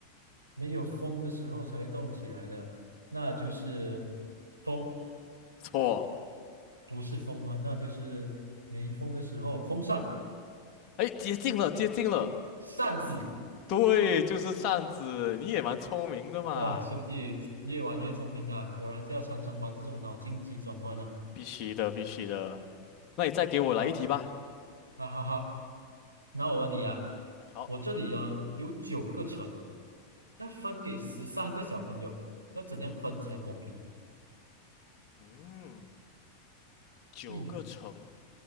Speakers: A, on the right; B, on the left.
A: 没有风的时候才会动起来的，那就是风，
B: 错。
A: 不是风吗？那就是没风的时候，风扇、
B: 哎，接近了，接近了，
A: 扇子。
B: 对，就是扇子，你也蛮聪明的嘛，
A: 哇，兄弟，越玩越聪明啊！果然是要常常玩这种脑筋急转弯啊！
B: 必须的，必须的。那你再给我来一题吧。
A: 好，哈哈哈。那我问你啊，
B: 好，
A: 我这里呢有九个城，要分给十三个小朋友，要怎样分才公平？
B: 嗯，九个橙
A: 嗯，